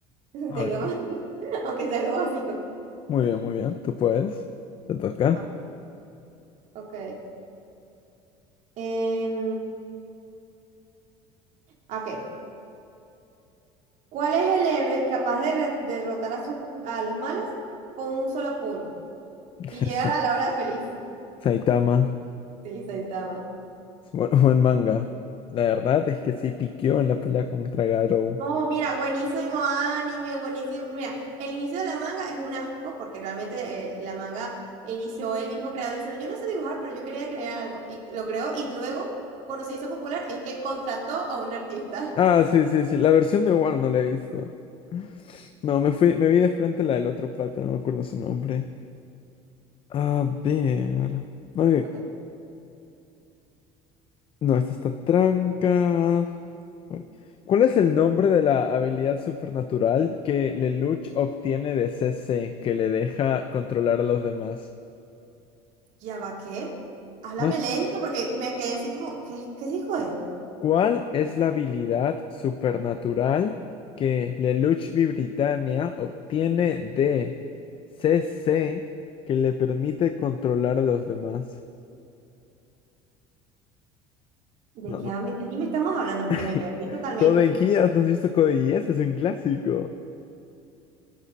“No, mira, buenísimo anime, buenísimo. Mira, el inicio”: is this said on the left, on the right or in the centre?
Right